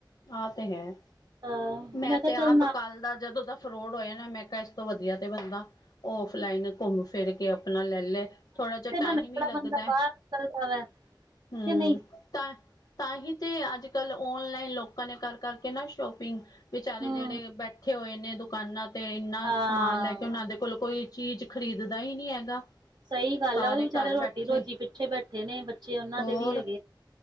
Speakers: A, on the left (about 60°); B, on the right (about 60°).
A: ਆਹ ਤੇ ਹੈ।
B: ਅਹ
A: ਮੈਂ
B: ਕਿਹਾ
A: ਤੇ ਆਪ
B: ਚੱਲ ਨਾ
A: ਕੱਲ ਦਾ ਜਦੋਂ ਦਾ ਫਰੋਡ ਹੋਇਆ ਨਾ, ਮੈਂ ਕਿਹਾ ਇਸ ਤੋਂ ਵਧੀਆ ਤੇ ਬੰਦਾ ਔਫ ਲਾਈਨ ਘੁੰਮ ਫਿਰ ਕੇ ਆਪਣਾ ਲੈ ਲੇ, ਥੋੜਾ ਜਿਹਾ
B: ਇਸੇ
A: ਟਾਈਮ
B: ਬਹਾਨੇ ਜਿਹੜਾ
A: ਹੀ ਲੱਗਦਾ
B: ਬੰਦਾ
A: ਹੈ।
B: <unintelligible>
A: ਹਮ
B: ਕਿ ਨਹੀਂ
A: ਤਾਂ ਤਾਂ ਹੀ ਤੇ ਅੱਜ ਕੱਲ ਔਨਲਾਈਨ ਲੋਕਾਂ ਨੇ ਕਰ ਕਰਕੇ ਨਾ ਸ਼ੋਪਿੰਗ ਵਿਚਾਰੇ
B: ਹੂੰ
A: ਜਿਹੜੇ ਬੈਠ ਬੈਠੇ ਹੋਏ ਨੇ ਦੁਕਾਨਾਂ ਤੇ ਇਨਾ
B: ਹਾਂ
A: ਸਮਾਨ ਲੈ ਕੇ ਉਹਨਾਂ ਦੇ ਕੁੱਲ ਕੋਈ ਚੀਜ਼ ਖਰੀਦ ਦਾ ਹੀ ਨਹੀਂ ਹੈਗਾ।
B: ਸਹੀ ਗੱਲ
A: ਸਾਰੇ
B: ਆ ਉਹ ਵੀ ਵਿਚਾਰੇ
A: ਘਰ
B: ਰੋਟੀ
A: ਬੈਠੇ
B: ਰੋਜ਼ੀ ਪਿੱਛੇ ਬੈਠੇ ਨੇ, ਬੱਚੇ ਉਹਨਾਂ
A: ਹੋਰ,
B: ਦੇ ਵੀ ਹੈਗੇ